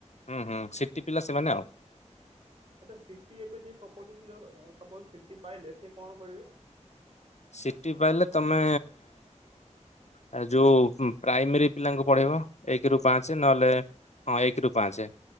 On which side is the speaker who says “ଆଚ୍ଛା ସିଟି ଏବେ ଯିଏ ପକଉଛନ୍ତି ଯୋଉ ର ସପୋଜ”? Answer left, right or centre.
Right